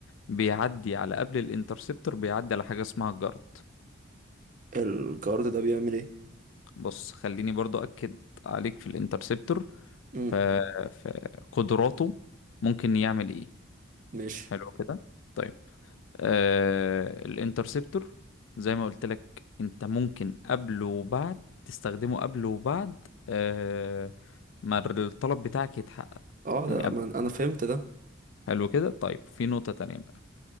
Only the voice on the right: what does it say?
الجارد ده بيعمل ايه
امم
ماشي
اه ده
ما انا فهمت ده